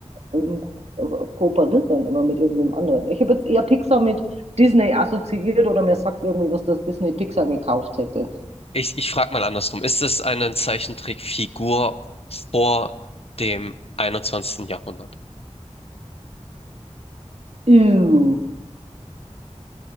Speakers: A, on the right; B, on the left.
A: ähm, kooperiert dann immer mit irgendwem anderen. Ich habe jetzt eher Pixar mit Disney assoziiert oder mir sagt irgendwie, was das Disney Pixar gekauft hätte.
B: ich, ich frage mal andersrum. Ist es eine Zeichentrickfigur vor dem einundzwanzigsten Jahrhundert?
A: Ew.